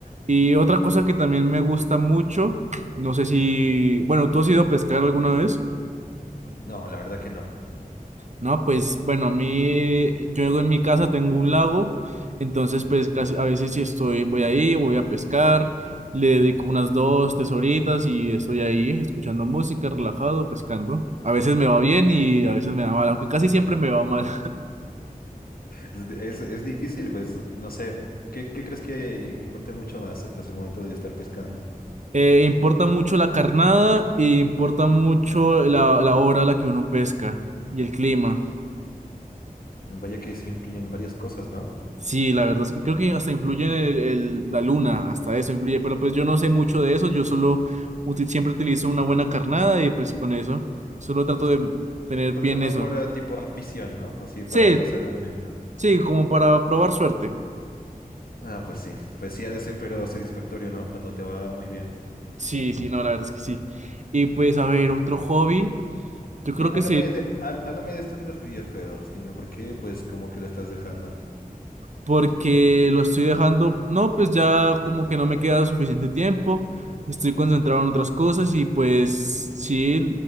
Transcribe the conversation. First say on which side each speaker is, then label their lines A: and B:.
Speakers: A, on the right; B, on the left.
A: Y otra cosa que también me gusta mucho, no sé si, bueno, ¿tú has ido a pescar alguna vez?
B: No, la verdad que no. <laughs>
A: No, pues bueno, a mí, yo en mi casa tengo un lago, entonces pues casi a veces si estoy, voy ahí, voy a pescar, le dedico unas dos, tres horitas y estoy ahí escuchando música, relajado, pescando. A veces me va bien y a veces me va mal, aunque casi siempre me va mal.
B: Es, es, es difícil, pues no sé. ¿Qué, qué crees que i- importe mucho más? Pues el momento de estar pescando.
A: Eh, importa mucho la carnada e importa mucho la, la hora a la que uno pesca y el clima.
B: Vaya que sí influyen varias cosas, ¿no?
A: Sí, la verdad, sí, creo que hasta influye en el- el- la luna, hasta eso influye, pero pues yo no sé mucho de eso, yo solo uti- siempre utilizo una buena carnada y pues con eso, solo trato
B: Pues
A: de
B: tú,
A: tener
B: tú
A: bien
B: lo haces más
A: eso.
B: por eh, tipo afición, ¿no? Así
A: Sí,
B: para pasar el momento.
A: sí, como para probar suerte.
B: Ah, pues sí. Pues sí ha de ser, pero satisfactorio, ¿no? Cuando te va muy bien.
A: Sí, sí, no, la verdad es que sí. Y pues a ver, otro hobby, yo creo
B: Eh,
A: que
B: háblame de, há- háblame de esto de los videojuegos. Dime por qué, pues, como que lo estás dejando.
A: porque lo estoy dejando, no, pues ya como que no me queda suficiente tiempo, estoy concentrado en otras cosas y pues sí,